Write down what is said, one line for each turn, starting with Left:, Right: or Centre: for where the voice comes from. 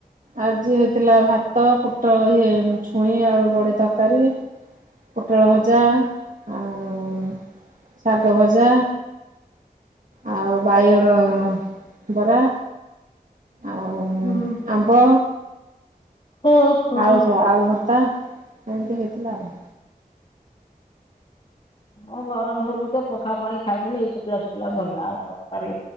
Right: ଆଜି ହେଇଥିଲା ଭାତ ପୋ ଟଳ ଇଏ ଛୁଇଁ ଆଳୁ ବଡ଼ି ତରକାରୀ ପୋଟଳ ଭଜା ଆଉ ଶାଗ ଭଜା ଆଉ ବାଇଗଣ ବରା ଆଉ
Left: ହୁଁ।
Right: ଆମ୍ବ
Left: ଓ ହୋ।
Right: ଆଳୁ ଯ ଆଳୁ ଭର୍ତ୍ତା ଏମତି ହେଥିଲା ଆଉ।
Left: ହଁ ଗରମ ହଉଚି ତ ପଖାଳ ପାଣି ଖାଇଦେଲେ ଶୁକିଲା ଶୁକିଲା ଭଲ ଆଉ ତରକାରୀ